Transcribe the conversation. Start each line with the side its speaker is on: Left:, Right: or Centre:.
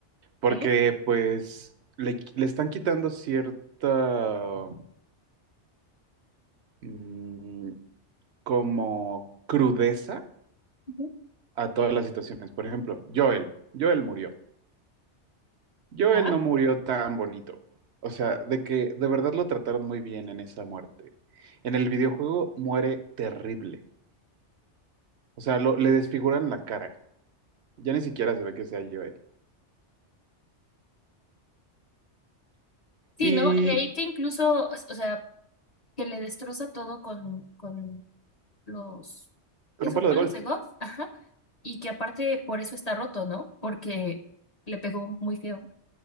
Right: porque
Left: ¿Eh?
Right: pues le, le están quitando cierta mm, como crudeza
Left: Ujú.
Right: a todas las situaciones. Por ejemplo, Joel, Joel murió. Joel
Left: Ajá.
Right: no murió tan bonito. O sea, de que de verdad lo trataron muy bien en esa muerte. En el videojuego muere terrible. O sea, lo- le desfiguran la cara. Ya ni siquiera se ve que sea Joel.
Left: Sí,
Right: Y
Left: ¿no? Leí que incluso, o s- o sea, que le destroza todo con, con los
Right: con
Left: que
Right: un
Left: son
Right: palo
Left: palos
Right: de golf.
Left: de golf. Ajá. Y que aparte por eso está roto, ¿no? Porque le pegó muy feo.